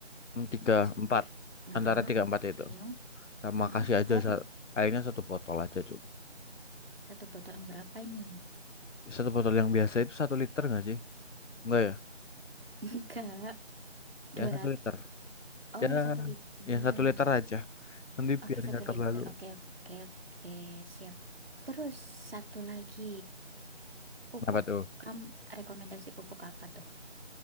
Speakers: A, on the left; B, on the right.
A: Hmm, tiga
B: seper.
A: empat
B: Ah,
A: antara tiga
B: empat
A: empat itu
B: siung.
A: sama
B: Ah,
A: kasih aja
B: airnya
A: sa- airnya satu botol aja cuk
B: satu botol yang berapa ini?
A: satu botol yang biasa itu satu liter nggak sih enggak ya
B: <laughs> Enggak.
A: ya
B: dua
A: satu
B: ratus
A: liter
B: Oh,
A: ya
B: yang satu liter.
A: yang satu liter aja nanti
B: Oke,
A: biar
B: satu
A: nggak terlalu
B: liter. Oke, oke, oke. Siap. Terus satu lagi. Pupuk,
A: apa tuh
B: kamu rekomendasi pupuk apa tuh?